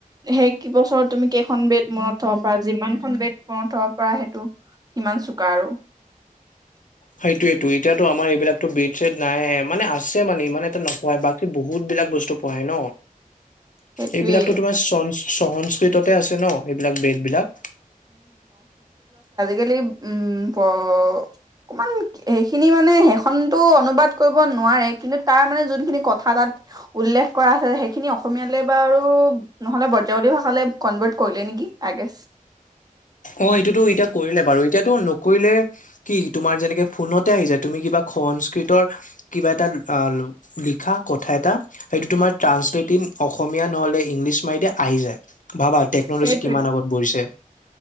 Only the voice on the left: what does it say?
সেইটোয়ো এতিয়াতো আমাৰ এইবিলাকো বেড চছেড নাই মানে আছে মানে ইমান এটা নকয় বাকী বহুত। সব বিলাক বস্তু পঢ়ায় ন
এইবিলাকতো তোমাৰ চ চহনস্ৰীটতে আছে ন এইবিলাক বেগ বিলাক
অ এইটোতো এতিয়া কৰিলে বাৰু এতিয়াতো নকৰিলে কি তোমাৰ যেনেকে ফোনতে আহি যায় তুমি কিবা। সংস্কৃতৰ কিবা এটা। লিখা কথা এটা সেইটো তোমাৰ ট্ৰান্ঞ্চলেটন অসমীয়া নহলে ইংলিছ মাৰিয়া। আহি যায় ভাবা টেকনলজি
কিমান আগত পঢ়িছে